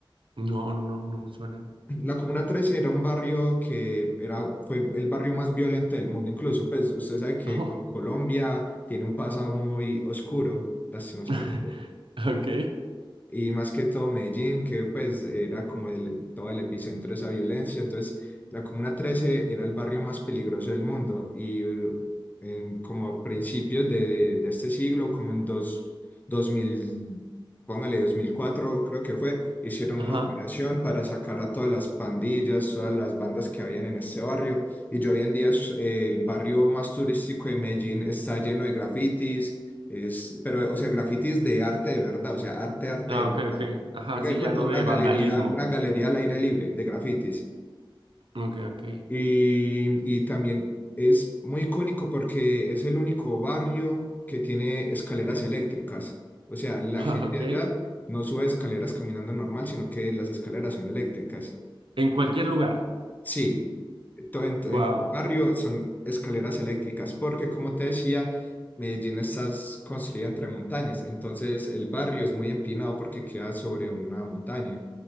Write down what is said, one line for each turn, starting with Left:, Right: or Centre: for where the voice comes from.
Right: No, no, no, no me suena.
Left: <clears throat> La Comuna 13 era un barrio que era, fue el barrio más violento del mundo, incluso. Pues usted sabe que
Right: Oh.
Left: en Colombia tiene un pasado muy oscuro, lastimosamente.
Right: <laughs> Ok,
Left: y más que todo Medellín, que pues era como el- todo el epicentro de esa violencia. Entonces, la Comuna 13 era el barrio más peligroso del mundo y eh, en, como a principios de, de este siglo, como en dos, 2000 póngale 2004 creo que fue, hicieron
Right: ajá.
Left: una operación para sacar a todas las pandillas, todas las bandas que habían en este barrio. Y yo hoy en día es, eh, el barrio más turístico de Medellín está lleno de grafitis es, pero, o sea, grafitis de arte de verdad, o sea, arte, arte
Right: Ah,
Left: de
Right: ok,
Left: verdad.
Right: ok. Ajá,
Left: Me doy
Right: sí,
Left: cuenta
Right: ya no
Left: de una
Right: de
Left: galería,
Right: vandalismo.
Left: una galería al aire libre de grafitis.
Right: Ok, ok.
Left: Y, y también es muy icónico porque es el único barrio que tiene escaleras eléctricas. O sea, la
Right: <laughs>
Left: gente
Right: Ah, Ok.
Left: allá no sube escaleras caminando normal, sino que las escaleras son eléctricas.
Right: En cualquier lugar.
Left: Sí, to- en, en
Right: Wow.
Left: el barrio son escaleras eléctricas, porque como te decía, Medellín está construida entre montañas, entonces el barrio es muy empinado porque queda sobre una montaña.